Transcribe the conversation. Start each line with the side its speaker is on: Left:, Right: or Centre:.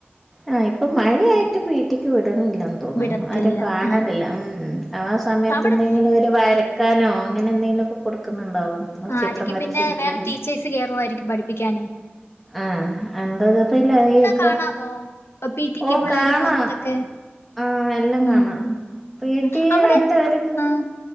Centre: ആ ഇപ്പം മഴയായിട്ട് പീട്ടിക്ക് വി ടിണില്ലന്ന് തോന്നുണു
Left: വിടത്തില്ല.
Centre: ആരും കാണലില്ല
Left: ആഹ്.
Centre: മ്മ് മ്മ് ആ സമയത്ത്
Left: അവിടെ
Centre: എന്തെങ്കിലുഅവര് വര ക്കാനോ അങ്ങനെ എന്തെങ്കിലുമൊക്കെ കൊടുക്കുന്നുണ്ടാവും
Left: ആ
Centre: ചിത്രം
Left: അല്ലെങ്കി
Centre: വരച്ചിരിക്കെ
Left: പിന്നെ വേറെ
Centre: അങ്ങനെ
Left: ടീച്ചേഴ്സ് കേറുവായിരിക്കും പഠിപ്പിക്കാനെ
Centre: ആഹ <unintelligible> ഇപ്പൊ
Left: കാണാമോ? പി ടിക്ക്
Centre: ഓ
Left: പിള്ളേര്
Centre: കാണാം
Left: പോവുന്നതൊക്കെ?
Centre: ആഹ് എല്ലം
Left: ഉം.
Centre: കാണാം പീട്ടി
Left: അവിടെ
Centre: ആയിട്ട് അവരിക്ക്
Left: ആഹ്.